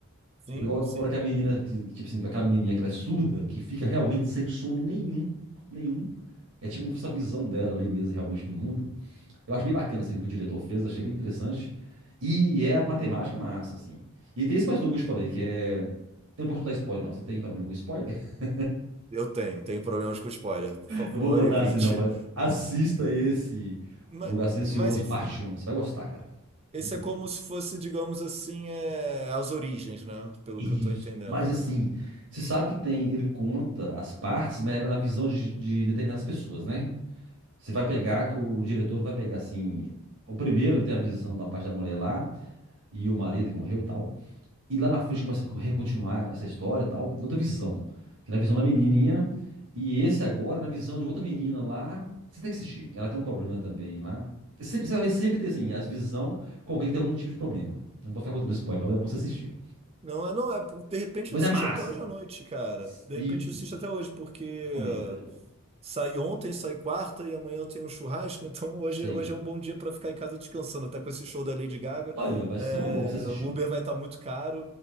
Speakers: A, on the right; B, on the right.
A: Sim,
B: Igual
A: sim.
B: A hora que a menina, que- tipo assim, aquela menininha que ela é surda, que fica realmente sem som nenhum, nenhum. É tipo essa visão dela ali mesmo, realmente, do mundo. Eu acho bem bacana assim, o que o diretor fez, achei bem interessante. E é uma temática massa, assim. E tem esse mais novo que eu te falei, que é. Eu não posso contar spoiler, não. Você tem problema com spoiler? <laughs>
A: Eu tenho, tenho problemas com spoiler. Por favor,
B: Não vou contar
A: evite.
B: assim, não, mas assista esse
A: Mas,
B: O Lugar Silencioso,
A: mas enfim,
B: parte um, Você vai gostar, cara.
A: esse
B: Muito.
A: é como se fosse, digamos assim, é, as origens, né? Pelo
B: Isso.
A: que eu tô entendendo,
B: Mas assim,
A: né?
B: você sabe que tem. Ele conta as partes, mas é na visão de, de determinadas pessoas, né? Você vai pegar que o diretor vai pegar assim. O primeiro ele tem a visão da parte da mulher lá, e o marido que morreu e tal. E lá na frente começa a recontinuar essa história e tal, outra visão. Que é na visão da menininha. E esse agora, na visão de outra menina lá. Você tem que assistir. Ela tem um problema também lá. Sempre, sempre, sempre tem, assim, as visão com alguém que tem algum tipo de problema. Eu não posso ficar contando spoiler, não. É bom você assistir.
A: Não, é, não, é. De repente
B: Mas
A: eu assisto
B: é massa.
A: até hoje à noite, cara. De
B: Isso.
A: repente eu assisto até hoje, porque
B: Recomendo. É muito bom.
A: saí ontem, saí quarta e amanhã eu tenho um churrasco, <laughs> então hoje,
B: Sim.
A: hoje é um bom dia para ficar em casa descansando. Até com esse show da Lady Gaga,
B: Olha, vai
A: é,
B: ser uma boa pra você assistir.
A: o Uber vai estar muito caro,